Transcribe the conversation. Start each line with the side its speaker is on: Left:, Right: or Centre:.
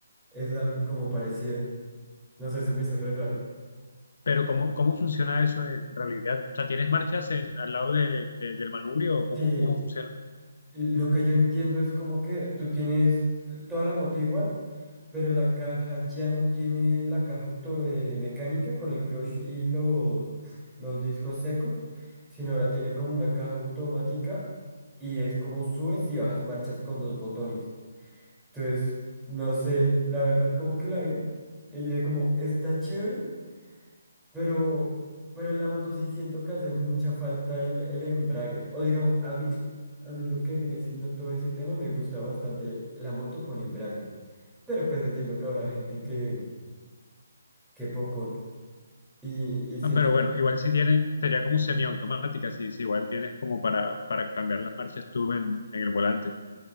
Centre: Es la, como parecida. No sé, se me hizo re raro.
Left: pero ¿cómo, cómo funciona eso en realidad? O sea, ¿tienes marchas en- al lado de- de- del manubrio o cómo,
Centre: Sí,
Left: cómo funciona?
Centre: Lo que yo entiendo es como que tú tienes toda la moto igual, pero la caja ya no tiene la caja auto de mecánica con el clutch y los, los discos secos, sino ahora tiene como una caja automática y es como subes y bajas marchas con dos botones. Entonces, no sé, la verdad como que la vi. Y yo dije como, está chévere, pero, pero en la moto sí siento que hace mucha falta el, el embrague. O digamos, a mí, a mí lo que viene siendo todo ese tema, me gusta bastante la moto con embrague. Pero pues entiendo que habrá gente que, que pocón. Y, y siento
Left: Ah, pero bueno,
Centre: que
Left: igual si tienes, sería como semiautomática, si, si igual tienes como para, para cambiar las marchas tú en, en el volante.